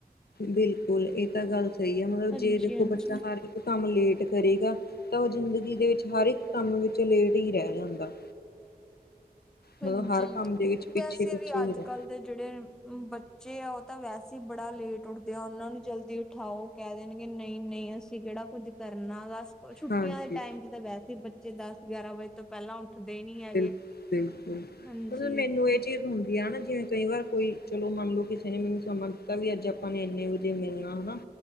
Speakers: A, on the left; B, in the centre.
A: ਬਿਲਕੁਲ ਇਹ ਤਾਂ ਗੱਲ ਸਹੀ ਹੈ, ਮਤਲਬ
B: ਹਾਂਜੀ
A: ਜੇ ਦੇਖੋ
B: ਹਾਂਜੀ
A: ਬੱਚਾ ਹਾਲ ਕੰਮ ਲੇਟ ਕਰੇਗਾ, ਤਾਂ ਉਹ ਜ਼ਿੰਦਗੀ ਦੇ ਵਿੱਚ ਹਰ ਇੱਕ ਕੰਮ ਵਿੱਚ, ਲੇਟ ਹੀ ਰਹਿ ਜਾਂਦਾ।
B: ਹਾਂਜੀ,
A: ਮਤਲਬ ਹਰ ਕੰਮ ਦੇ ਵਿੱਚ ਪਿੱਛੇ
B: ਵੈਸੇ
A: ਪਿੱਛੇ
B: ਵੀ ਅੱਜ
A: ਹੀ ਰਹਿ
B: ਕੱਲ। ਜਿਹੜੇ ਬੱਚੇ ਆ, ਉਹ ਤਾਂ ਵੈਸੇ ਹੀ, ਬੜਾ ਲੇਟ ਉੱਠਦੇ ਆ, ਉਹਨਾਂ ਨੂੰ ਜਲਦੀ। ਹਾਂ, ਉਹ ਕਹਿ ਦੇਣਗੇ ਨਹੀਂ -ਨਹੀਂ, ਅਸੀਂ ਕਿਹੜਾ ਕੁੱਝ ਕਰਨਾ ਬਸ ਛੁੱਟੀਆਂ
A: ਹਾਂਜੀ
B: ਦੇ ਟਾਈਮ ਚ, ਤਾਂ ਵੈਸੇ ਬੱਚੇ ਦਸ ਗਿਆਰਾਂ ਵਜੇ ਤੋਂ, ਪਹਿਲਾਂ ਉੱਠਦੇ ਨੀ ਹੈਗੇ।
A: ਬਿਲ ਬਿਲਕੁਲ,
B: ਹਾਂਜੀ।
A: ਮਤਲਬ ਮੈਨੂੰ ਇੰਝ ਚੀਜ਼ ਹੁੰਦੀ ਹੈ ਨਾ, ਜਿਵੇਂ ਕਈ ਵਾਰ ਕੋਈ ਚਲੋ ਮੰਨ ਲਓ, ਕਿਸੇ ਨੇ ਮੈਨੂੰ ਸਮਾਂ ਦਿੱਤਾ ਵੀ ਅੱਜ ਆਪਾਂ ਨੇ ਇੰਨੇ। ਜੇ, ਮਿਲਣਾ ਨਾ।